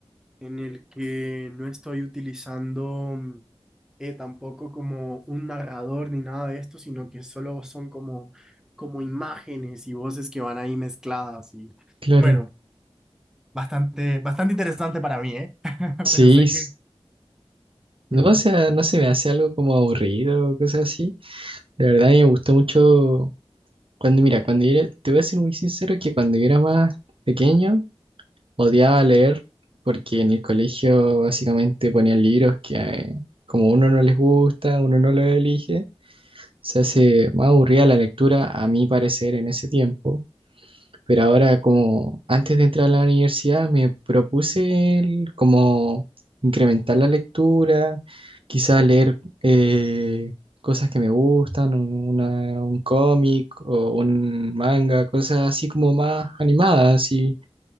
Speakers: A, in the centre; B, on the right (about 60°).
A: en el que no estoy utilizando mm, eh, tampoco como un narrador ni nada de esto, sino que solo son como, como imágenes y voces que van ahí mezcladas y
B: claro.
A: bueno, bastante, bastante interesante para mí, ¿eh? <laughs>
B: Sí,
A: Pero sé
B: s-
A: que...
B: no,
A: <laughs>
B: o sea, no se me hace algo como aburrido o cosas así. De verdad, a mí me gustó mucho cuando, mira, cuando yo era, te voy a ser muy sincero que cuando yo era más pequeño odiaba leer porque en el colegio básicamente ponían libros que eh, como uno no les gusta, uno no los elige, se hace más aburrida la lectura a mi parecer en ese tiempo. Pero ahora, como antes de entrar a la universidad, me propuse el- como incrementar la lectura, quizás leer eh, cosas que me gustan, un, una- un cómic o un manga, cosas así como más animadas. Y,